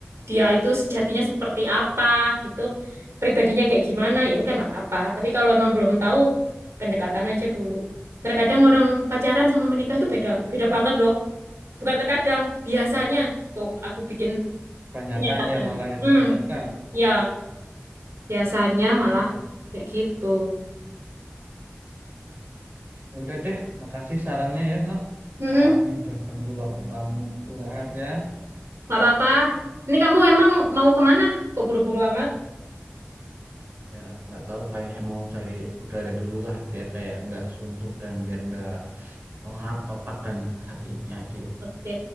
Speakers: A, on the right; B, on the right.
A: dia itu sejatinya seperti apa gitu, pribadinya kayak gimana, ya udah nggak apa-apa. Tapi kalau emang belum tahu, pendekatan aja dulu. Terkadang orang pacaran sama menikah itu beda, beda banget loh. Bukan terkadang, biasanya.
B: Hmm.
A: Tuh, aku bikin
B: Kebanyakan
A: pernyataan.
B: ya malah ya
A: Hmm,
B: kebanyakan
A: ya, biasanya
B: itu
A: malah
B: malah.
A: kayak gitu.
B: Ya Udah deh, makasih sarannya ya, Nok.
A: Hmm,
B: Maaf nih udah ganggu waktu kamu istirahat ya.
A: nggak apa-apa. Ini kamu emang mau kemana? Kok buru-buru amat?
B: Ya, nggak tahu kayaknya mau cari udara dulu lah biar kayak nggak suntuk dan biar nggak pengap otak dan hatinya gini.
A: Oke,